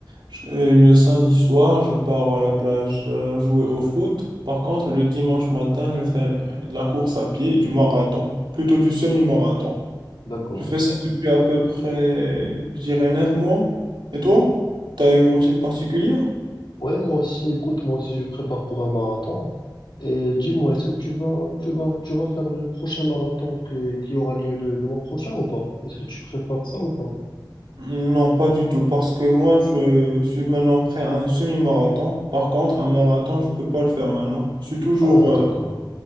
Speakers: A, on the right; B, on the left.
A: je- euh, le samedi soir, je pars à la plage euh, jouer au foot. Par contre, le dimanche matin, je fais euh, de la course à pied, du marathon, plutôt du semi-marathon.
B: D'accord.
A: Je fais ça depuis à peu près, je dirais, 9 mois. Et toi? T'as une routine particulière?
B: Ouais, moi aussi, écoute, moi aussi, je prépare pour un marathon. Et dis-moi, est-ce que tu vas, tu vas, tu vas faire le prochain marathon que- qui aura lieu le, le mois prochain ou pas? Est-ce que tu prépares ça ou pas?
A: Non, pas du tout, parce que moi, je suis maintenant prêt à un semi-marathon. Par contre, un marathon, je peux pas le faire maintenant. Je suis toujours...
B: Ah,
A: euh,
B: d'accord.